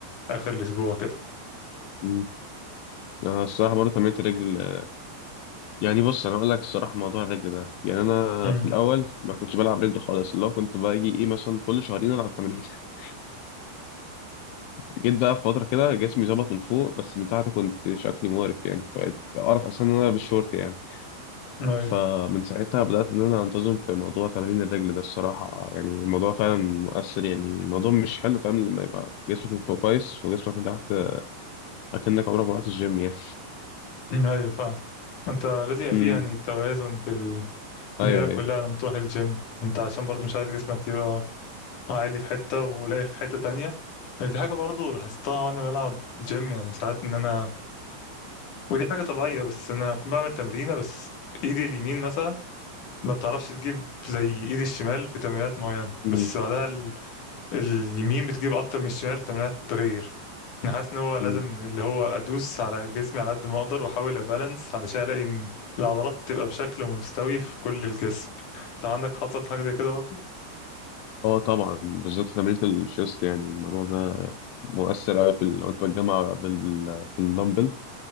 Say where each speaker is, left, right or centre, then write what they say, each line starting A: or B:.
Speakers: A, on the left (about 45°); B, on the left (about 85°).
A: لاخر الاسبوع كده
B: امم انا الصراحه برضه تمرينت الرجل آه، يعني بص انا اقول لك الصراحه موضوع الرجل ده يعني انا
A: امم
B: في الاول ما كنتش بلعب رجل خالص اللي هو كنت باجي ايه مثلا كل شهرين العب تمرين <laughs> جيت بقى في فتره كده جسمي ظبط من فوق بس من تحت كنت شكلي مقرف يعني بقيت اعرف اصلا ان انا بالشورت يعني
A: ايوه
B: فمن ساعتها بدات ان انا انتظم في موضوع تمارين الرجل ده الصراحه يعني الموضوع فعلا مؤثر يعني الموضوع مش حلو فاهم لما يبقى جسمك من فوق كويس وجسمك من تحت اكنك عمرك ما رحت الجيم يعني
A: أمم، ايوه فاهم انت لازم يبقى
B: امم
A: في يعني توازن في ال-
B: ايوه
A: الليله كلها
B: ايوه
A: لما تروح الجيم انت عشان برضو مش عايز جسمك يبقى عالي في حته وقليل في حته تانية يعني في حاجه برضو لاحظتها وانا بلعب جيم يعني ساعات ان انا ودي حاجه طبيعيه بس انا كنت بعمل تمرينه بس ايدي اليمين مثلا ما بتعرفش تجيب زي ايدي الشمال في تمرينات معينه
B: امم
A: بس بعدها اليمين بتجيب اكتر من الشمال في تمرينات التغيير انا حاسس ان هو لازم
B: أمم.
A: اللي هو ادوس على جسمي على قد ما اقدر واحاول ابالانس علشان الاقي ان العضلات تبقى بشكل مستوي في كل الجسم لو عندك حصل حاجه زي كده برضه
B: اه طبعا بالذات في تمرينة الشيست يعني الموضوع ده مؤثر قوي في ال- لو انت بتجمع بال... بال... بالدمبل